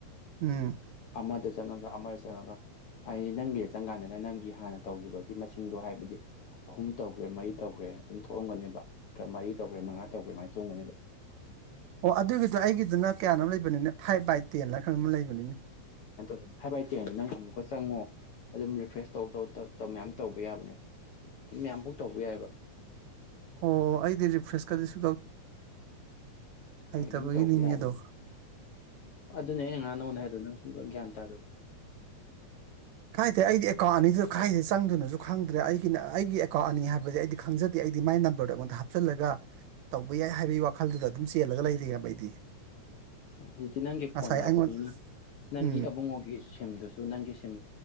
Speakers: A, on the right (about 75°); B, on the left (about 70°).
A: ꯎꯝ
B: ꯑꯃꯗ ꯆꯪꯉꯒ ꯑꯃꯗ ꯆꯪꯉꯒ ꯑꯩꯗꯤ ꯅꯪꯒꯤꯗ ꯆꯪꯀꯥꯟꯗꯅ ꯅꯪꯒꯤ ꯍꯥꯟꯅ ꯇꯧꯈꯤꯕꯒꯤ ꯃꯁꯤꯡꯗꯣ ꯍꯥꯏꯕꯗꯤ ꯑꯍꯨꯝ ꯇꯧꯈ꯭ꯔꯦ ꯃꯔꯤ ꯇꯧꯈ꯭ꯔꯦ ꯑꯗꯨꯝ ꯊꯣꯛꯑꯝꯒꯅꯦꯕ ꯅꯠꯇ꯭ꯔ ꯃꯔꯤ ꯇꯧꯈ꯭ꯔꯦ ꯃꯉꯥ ꯇꯧꯈ꯭ꯔꯦ ꯃꯥꯏ ꯆꯣꯡꯒꯅꯦꯕ
A: ꯑꯣ ꯑꯗꯨꯒꯤꯗꯣ ꯑꯩꯒꯤꯗꯨꯅ ꯀꯌꯥꯅꯣ ꯂꯩꯕꯅꯤꯅꯦ ꯐꯥꯏꯚ ꯕꯥꯏ ꯇꯦꯟ ꯍꯥꯏ ꯈ ꯑꯃ ꯂꯩꯕꯅꯤꯅꯦ
B: ꯊꯕꯥꯏꯇꯦꯅ ꯅꯪ ꯑꯃꯨꯛꯀ ꯆꯪꯉꯣ ꯑꯗꯨꯝ ꯔꯤꯐ꯭ꯔꯦꯁ ꯇꯧ ꯇꯧ ꯇ ꯃꯌꯥꯝ ꯇꯧꯕ ꯌꯥꯕꯅꯦ ꯑꯗꯨ ꯃꯌꯥꯝ ꯐꯥꯎ ꯇꯧꯕ ꯌꯥꯏꯑꯕ
A: ꯑꯣ ꯑꯩꯗꯤ ꯔꯤꯐ꯭ꯔꯦꯁ ꯀꯔꯤꯁꯨ ꯍꯩꯇꯕꯒꯤꯅꯤ
B: ꯍꯣꯏ ꯑꯗꯨꯝ ꯇꯧꯕ ꯌꯥꯕꯅꯦ
A: ꯃꯤ ꯑꯗꯣ
B: ꯑꯗꯨꯅꯦ ꯑꯩꯅ ꯉꯥꯡ ꯅꯉꯣꯟꯗ ꯍꯥꯏꯗ ꯅꯪ ꯁꯨꯝ ꯒꯌꯥꯟ ꯇ ꯇꯗꯕ
A: ꯀꯥꯏꯗꯩ ꯑꯩꯗꯤ ꯑꯦꯀꯥꯎꯟ ꯑꯅꯤꯗꯨꯗ ꯈꯥꯏꯗ ꯆꯪꯗꯨꯅꯁꯨ ꯈꯪꯗ꯭ꯔꯦ ꯑꯩꯒꯤ ꯑꯩꯒꯤ ꯑꯦꯀꯥꯎꯟ ꯑꯅꯤ ꯍꯥꯏꯕꯗꯤ ꯑꯩꯗꯤ ꯈꯪꯖꯗꯦ ꯑꯩꯗꯤ ꯃꯥꯏ ꯅꯝꯕꯔꯗ ꯑꯩꯉꯣꯟꯗ ꯍꯥꯞꯆꯜꯂꯒ ꯇꯧꯕ ꯌꯥꯏ ꯍꯥꯏꯕꯒꯤ ꯋꯥꯈꯜꯗꯨꯗ ꯑꯗꯨꯝ ꯆꯦꯜꯂꯒ ꯂꯩꯔꯤ ꯍꯥꯏꯕ ꯑꯩꯗꯤ
B: ꯍꯧꯖꯤꯛꯇꯤ ꯅꯪꯒꯤ
A: ꯉꯁꯥꯏ
B: ꯐꯣꯟꯗ
A: ꯑꯩꯉꯣꯟꯗ
B: ꯍꯥꯞꯄꯕꯅꯤꯅ ꯅꯪꯒꯤ
A: ꯎꯝ
B: ꯑꯕꯨꯡꯉꯣꯒꯤ ꯁꯤꯝꯗꯨꯁꯨ ꯅꯪꯒꯤ ꯁꯤꯝ